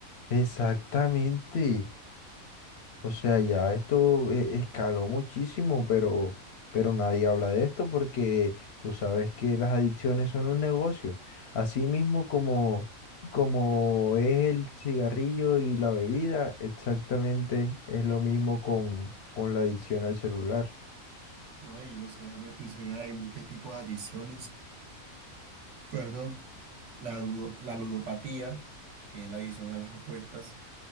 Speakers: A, on the left (about 60°); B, on the right (about 60°).
A: Exactamente. O sea, ya esto eh, escaló muchísimo, pero, pero nadie habla de esto porque tú sabes que las adicciones son un negocio. Así mismo como, como es el cigarrillo y la bebida, exactamente es lo mismo con, con la adicción al celular.
B: No, y no solamente el celular, hay muchos tipos de adiciones. Perdón. La, ludo- la ludopatía, que es la adición a las apuestas.